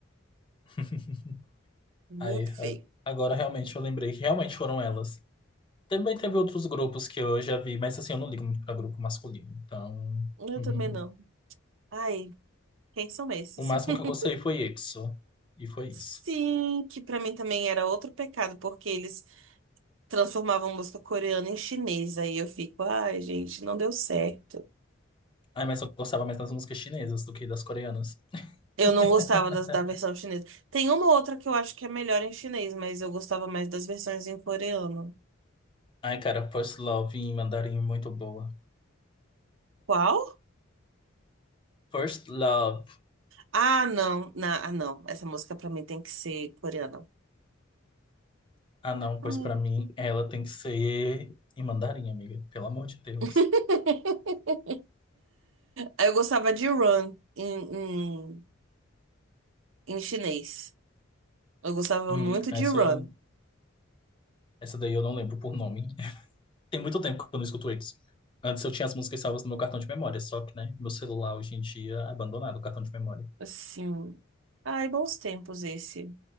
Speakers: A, on the left; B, on the right.
A: <laughs>
B: muito
A: Aí,
B: feio.
A: a- agora realmente eu lembrei que realmente foram elas. Também teve outros grupos que eu já vi, mas assim, eu não ligo muito pra grupo masculino. Então,
B: Eu
A: <laughs>
B: também não. Ai, quem são esses?
A: o máximo
B: <laughs>
A: que eu gostei foi EXO. E foi isso.
B: Sim, que pra mim também era outro pecado, porque eles transformavam música coreana em chinesa. E eu fico, ai, gente, não deu certo.
A: Ai, mas eu gostava mais das músicas chinesas do que das coreanas.
B: Eu
A: <laughs>
B: não gostava das, da versão chinesa. Tem uma outra que eu acho que é melhor em chinês, mas eu gostava mais das versões em coreano.
A: Ai, cara, First Love em mandarim é muito boa.
B: Qual?
A: First Love.
B: Ah, não. Na, ah, não. Essa música pra mim tem que ser coreana.
A: Ah, não, pois
B: Ah.
A: pra mim ela tem que ser em mandarim, amiga. Pelo amor de Deus.
B: <laughs> Eu gostava de Run em, em, em chinês. Eu gostava
A: Hum,
B: muito
A: essa,
B: de Run.
A: essa daí eu não lembro por nome. <laughs> Tem muito tempo que eu não escuto eles. Antes eu tinha as músicas salvas no meu cartão de memória, só que, né, meu celular hoje em dia é abandonado o cartão de memória.
B: Assim. Ai, bons tempos esse.